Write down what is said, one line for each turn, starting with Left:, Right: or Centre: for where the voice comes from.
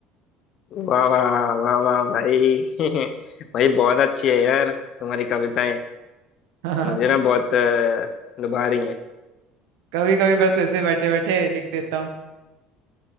Left: वाह वाह वाह वाह भाई <laughs> भाई बहुत अच्छी है यार तुम्हारी कविताएं
Right: <laughs>
Left: मुझे ना बहुत अ, लुभा रही हैं
Right: कभी कभी बस ऐसे बैठे बैठे लिख देता हूँ